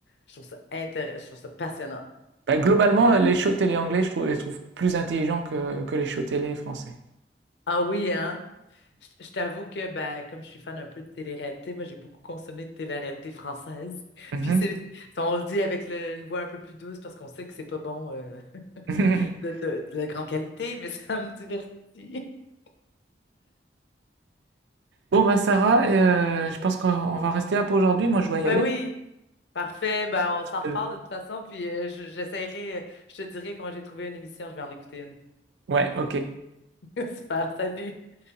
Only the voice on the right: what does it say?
Bah, globalement, les shows télé anglais, je trouve, je trouve plus intelligents que, que les shows télé français.
Mhm.
<laughs>
Bon, bah Sarah, euh, je pense qu'on on va rester là pour aujourd'hui. Moi, je dois y
aller.
Euh,
Ouais, ok.